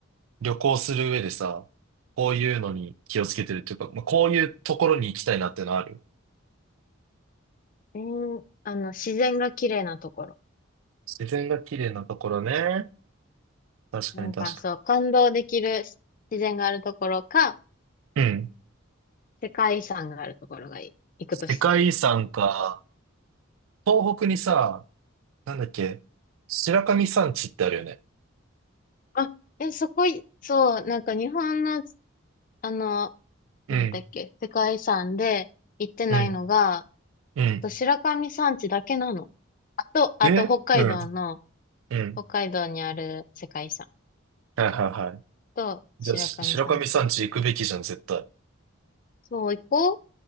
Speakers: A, on the right (about 75°); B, on the left (about 40°).
A: 旅行する上でさ、こういうのに気をつけてるっていうか、まあ、こういうところに行きたいなってのある
B: えーあの、自然が綺麗なところ。
A: 自然が綺麗なところね。確かに確か
B: なんか、そう、感動できる自然があるところか、
A: に。うん。
B: 世界遺産があるところがいい。行くとしたら。
A: 世界遺産か。東北にさ、なんだっけ白神山地ってあるよね。
B: あ、え、そこい、そう、なんか日本の、あの、
A: うん、
B: なんだっけ、世界遺産で行ってないのが、
A: うん、うん。
B: と白神山地だけなの。あと、
A: えうん、
B: あと北海道の、
A: うん。
B: 北海道にある世界遺産
A: はいはいはい。
B: と白神山地だけ。
A: じゃあ、し白神山地行くべきじゃん、絶対。
B: そう、行こう。